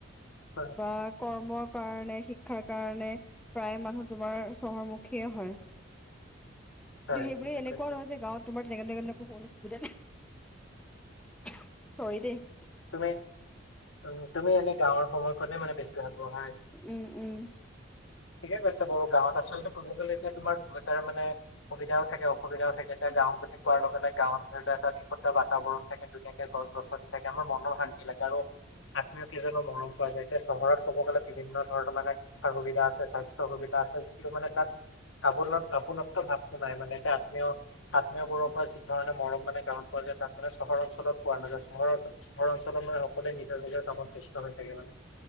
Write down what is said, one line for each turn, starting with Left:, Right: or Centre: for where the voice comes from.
Left: হয়।
Centre: বা কৰ্মৰ কাৰণে, শিক্ষাৰ কাৰণে প্ৰায় মানুহ তোমাৰ চহৰমুখীয়ে হয়।
Left: হয়
Centre: সেইবোৰে
Left: ঠিকে
Centre: এনেকুৱাও
Left: কৈছা
Centre: নহয় যে গাঁৱত তোমাৰ <unintelligible> চৰি দেই।
Left: তুমি উ, তুমি এনে গাঁৱৰ সময়খনে মানে বেছি ভাল পোৱা হয়।
Centre: উম, উম।
Left: ঠিকে কৈছে বাৰু গাঁৱত আচলতে ক'ব গলে এতিয়া তোমাৰ বহুতৰ মানে সুবিধাও থাকে অসুবিধাও থাকে, এতিয়া গাঁও বুলি কোৱাৰ লগে লগে গাঁৱত ধৰি লোৱা এটা বিপদ দুটা বাতাবৰণ থাকে, ধুনীয়াকে গছ গছনি থাকে, আমাৰ মনৰ শান্তি লাগে আৰু আত্মীয় কেইজনৰ মৰম পোৱা যায়, এতিয়া চহৰত ক'ব গ'লে বিভিন্ন ধৰণৰ মানে শিক্ষাৰ সুবিধা আছে, স্বাস্থ্যৰ সুবিধা আছে যিটো মানে তাত আপোনত আপোনত্ব ভাৱটো নাই, মানে এতিয়া আত্মীয় আত্মীয়বোৰৰ পৰা যি ধৰণে মৰম মানে গাঁৱত পোৱা যায় তাত মানে চহৰ অঞ্চলত পোৱা নাযায়, চহৰত চহৰ অঞ্চলৰ মানে সকলোৱে নিজৰ নিজৰ কামত ব্যস্ত হৈ থাকে মানে।